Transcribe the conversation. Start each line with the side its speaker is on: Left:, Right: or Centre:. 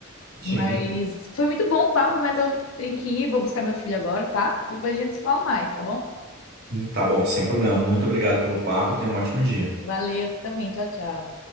Right: Sim.
Left: Mas foi muito bom o papo, mas eu tenho que ir, vou buscar meu filho agora, tá? Depois a gente se fala mais, tá bom?
Right: Hum, Tá bom, sem problema. Muito obrigado pelo papo. Tenha um ótimo dia.
Left: Valeu, você também. Tchau, tchau.